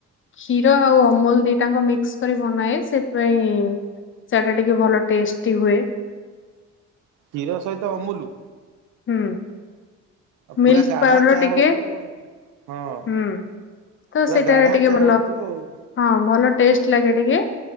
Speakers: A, on the left (about 40°); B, on the right (about 85°).
A: କ୍ଷୀର ଆଉ ଅମୁଲ ଦିଟା ଆଙ୍କ ମିକ୍ସ କରି ବନାଏ ସେଇଥିପାଇଁ ଚାଟା ଟିକେ ଭଲ ଟେଷ୍ଟି ହୁଏ।
B: କ୍ଷୀର ସହିତ ଅମୁଲୁ?
A: ହୁଁ।
B: ଆଉ ପୁରା
A: ମିଲ୍କ
B: ଗାଢା
A: ପାଉଡର
B: ଚା
A: ଟିକେ
B: ହୋଉଥିବ ଆଉ। ହଁ
A: ହୁଁ ତ
B: ପୁରା
A: ସେଇଟା
B: ଗାଢା
A: ଟିକେ
B: ଚା
A: ଭଲ
B: ହୋଉଥିବ‌ ଆଉ।
A: ହଁ ଭଲ ଟେଷ୍ଟ ଲାଗେ ଟିକେ।